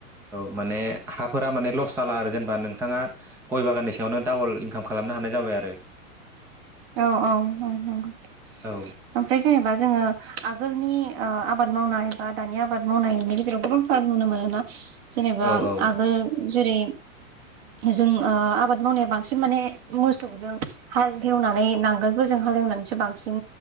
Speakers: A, in the centre; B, on the right.
A: औ माने हाफोरा माने लस जाला आरो जेनेबा नोंथाङा गय बागाननि सावनो डाबल इनकाम खालामनो हानाय जाबाय आरो।
B: औ औ औ नंगौ ग
A: औ
B: ओमफ्राय जेनेबा जोङो आगोलनि आबाद मावनाय। बा दानि आबाद मावनायनि गेजेराव गोबां फाराग नुनो मोनोना जेनेबा
A: औ औ
B: आगोल जेरै जों ओ आबाद मावनाया बांसिन माने मोसौजों हाल लवनानै नांगोलफोरजों हालेवनानैसो बांसिन